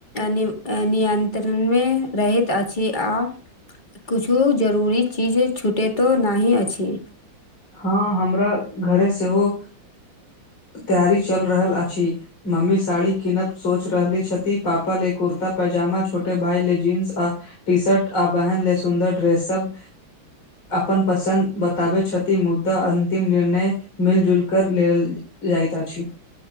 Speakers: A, on the left; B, on the left.
A: नि नियन्त्रणमे रहैत अछि आ कुछु जरूरी चीजे छूटैतो नहि अछि
B: हँ हमरा घरे सेहो तैयारी चलि रहल अछि मम्मी साड़ी कीनत सोच रहले छथि पापा ले कुर्ता पैजामा छोटे भाय ले जींस आ टी शर्ट आ बहन ले सुन्दर ड्रेस सब अपन पसन्द बताबै छथि ति मुद्दा अंतिम निर्णय मिलजुल कर लेल जाइत अछि